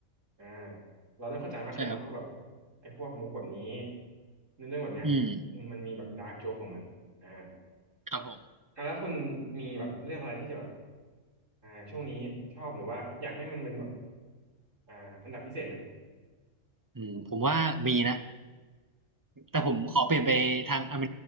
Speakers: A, on the right (about 75°); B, on the right (about 20°).
A: อ่าเราเริ่มเข้าใจมากขึ้นเนาะว่าแบบ
B: ใช่ครับ
A: ไอ้พวกมุกแบบนี้เนื้อเรื่องแบบเนี้ยอืมมันมีแบบดาร์กโจ๊กของมันอ่า
B: อืมครับผม
A: อ่ะแล้วคุณมีแบบเรื่องอะไรที่จะแบบอ่าช่วงนี้ชอบหรือว่าอยากให้มันเป็นแบบอ่าอันดับพิเศษไหม
B: อืมผมว่ามีนะแต่ผมขอเปลี่ยนไปทางแอน